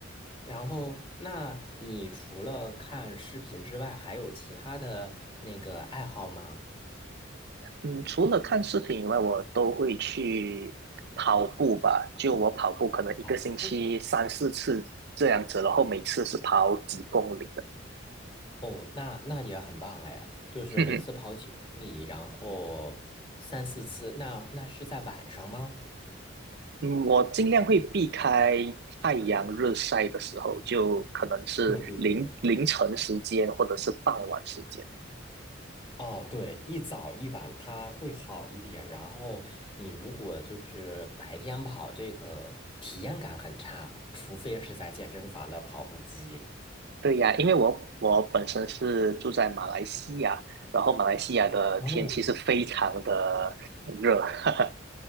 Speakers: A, on the left; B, on the right.
A: 然后，那你除了看视频之外，还有其他的那个爱好吗？
B: 嗯，除了看视频以外，我都会去跑步吧。就我跑步，可能一个星期三四次这样子，
A: 哦，
B: 然后每次是跑几公里的。
A: 哦，那那也很棒哎，就是每次跑几公里，
B: <laughs>
A: 然后三四次，那那是在晚上吗？
B: 嗯，我尽量会避开太阳日晒的时候，就可能是凌凌晨时间或者是傍晚时间。
A: 对对对。哦，对，一早一晚它会好一点，然后你如果就是白天跑，这个体验感很差，除非是在健身房的跑步机。
B: 对呀，因为我我本身是住在马来西亚，然后马来西亚的天气是非常的热。
A: 哦，
B: <laughs>